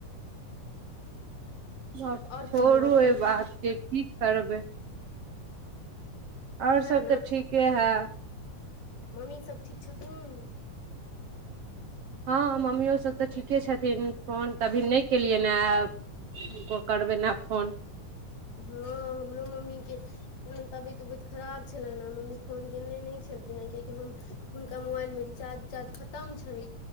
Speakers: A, on the right; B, on the left.
A: ब
B: आओर
A: छोड़ू
B: कहियौ अपन
A: एहि बात के की करबै आओर
B: वएह
A: सब तऽ ठीके हे
B: मम्मीसभ ठीक छथुन
A: हँ मम्मियो सब तऽ ठीके छथिन फोन तऽ अभी नहि केलियैन ए हुनको करबनि आब फोन
B: हँ हमरो मम्मी के नहि तबियत उबियत खराब छलनि ह‌एं मम्मी फोन केने नहि छलखिन ह‌एं कियाकि हम हुनका मोबाइलमे रिचार्ज उचार्ज खत्म छनि